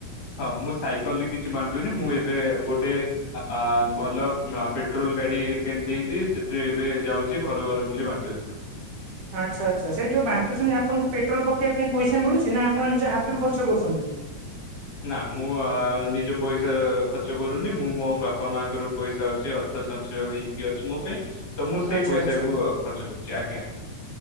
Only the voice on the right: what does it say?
ଆଚ୍ଛା ଆଚ୍ଛା ସେ ଯୋଉ ବାଣ୍ଟୁଛନ୍ତି ଆପଣଙ୍କୁ ପେଟ୍ରୋଲ ପକେଇବା ପାଇଁ ପଇସା ମିଳୁଛି ନା ଆପଣ ନିଜ ହାତରୁ ଖର୍ଚ୍ଚ କରୁଛନ୍ତି
ଆଚ୍ଛା
ଆଛା